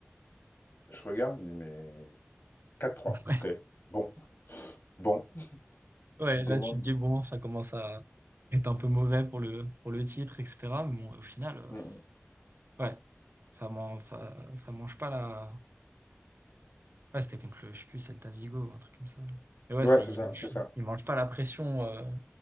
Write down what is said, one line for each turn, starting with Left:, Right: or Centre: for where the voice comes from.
Left: Je regarde, je dis mais quatre trois.
Right: Ouais.
Left: Ok. Bon, bon.
Right: Ouais,
Left: Tu te
Right: là
Left: demandes.
Right: tu te dis bon, ça commence à être un peu mauvais pour le, pour le titre, etc. Mais bon, au final. euh,
Left: Hmm, hmm.
Right: Ouais. Ça mange ça ça mange pas la ouais, c'était contre le je sais plus, Celta Vigo ou un truc comme ça. Mais ouais,
Left: Ouais,
Right: ça
Left: c'est
Right: il
Left: ça,
Right: mange
Left: c'est ça.
Right: il mange pas la pression, heu,